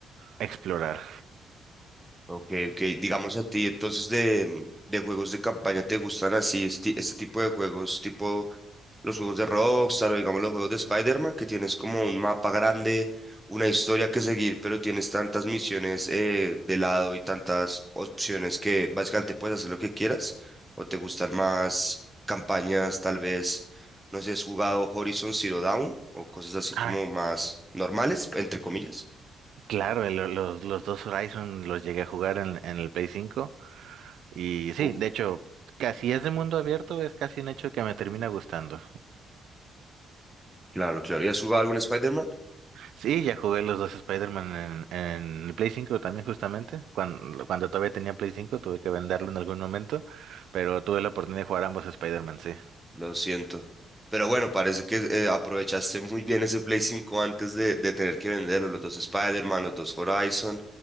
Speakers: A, on the right; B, in the centre.
A: explorar.
B: Ok, ok. Digamos a ti, entonces de, mm, de juegos de campaña, ¿te gustan así este, este tipo de juegos, tipo los juegos de Rockstar o digamos los juegos de Spider-Man, que tienes como un mapa grande, una historia que seguir, pero tienes tantas misiones eh, de lado y tantas opciones que básicamente puedes hacer lo que quieras? ¿O te gustan más campañas, tal vez, no sé, has jugado Horizon Zero Dawn o cosas así como
A: Ah,
B: más normales, entre comillas?
A: claro, el- los, los dos Horizon los llegué a jugar en, en el Play 5. Y sí,
B: Uf,
A: de hecho, casi es de mundo abierto, es casi un hecho que me termina gustando.
B: claro, claro. ¿Y has jugado algún Spider-Man?
A: Sí, ya jugué los dos Spider-Man en, en el Play 5 también justamente. Cuando, cuando todavía tenía Play 5 tuve que venderlo en algún momento, pero tuve la oportunidad de jugar ambos Spider-Man, sí.
B: Lo siento. Pero bueno, parece que eh, aprovechaste muy bien ese Play 5 antes de, de tener que venderlo. Los dos Spider-Man, los dos Horizon,